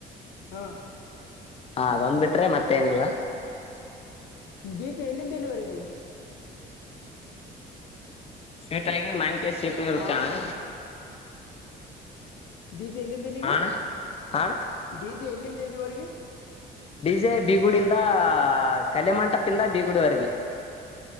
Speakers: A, on the left; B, on the left.
A: ಹಾ
B: ಆ ಅದೊಂದ್ ಬಿಟ್ರೆ ಮತ್ತೇ ಏನಿಲ್ಲಾ?
A: ಬೀಜ ಎಲ್ಲಿಂದ ಎಲ್ಲಿ ವರೆಗೆ.
B: ಸೆಟ್ ಆಗಿ ಮಾಣಿಕೆ ಚೀಕ ಇರುತ್ತ
A: ಆ
B: ಅಣ್ಣ?
A: ಡಿಲೀ ಎಲ್ಲಿಂದ ಎಲ್ಲಿಗೆ
B: ಹಾ ಅಣ್ಣ ಹಾ ಅಣ್ಣ
A: ಡಿಲೀ ಎಲ್ಲಿಂದ ಎಲ್ಲಿವರೆಗೆ?
B: ಬೀಜೆ ಬೀಗುಗುಡಿ ಇಂದ ಇತ್ತ ಕಲ್ಯಾಣ ಮಂಟಪದಿಂದ ಬೀಗುಡವರ್ಗೆ.